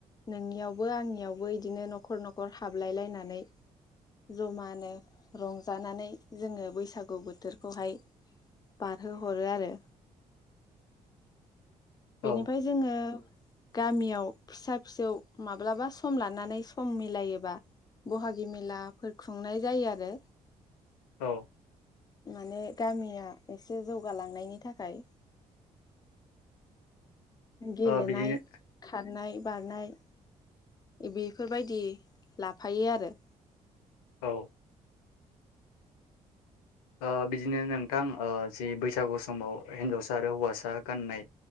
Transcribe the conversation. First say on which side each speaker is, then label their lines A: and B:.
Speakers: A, on the left; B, on the left.
A: नोंनियावबो आंनियावबो इदिनो न'खर न'खर हाबलायलायनानै जमानो रंजानानै जोङो बैसागु बोथोरखौहाय बारहोहरो आरो।
B: औ
A: बेनिफाय
B: औ
A: जोङो गामियाव फिसा फिसौ माब्लाबा सम लानानै सम मिलायोबा बहागि मेलाफोर खुंनाय जायो आरो।
B: औ।
A: माने गामिया एसे जौगालांनायनि थाखाय गेलेनाय
B: ओ बिदिनो
A: खारनाय बारनाय बेफोरबायदि लाफायो आरो।
B: औ। ओ बिदिनो नोंथां ओ जि बैसा बैसागु समाव हिनजावसा आरो हौवासा गाननाय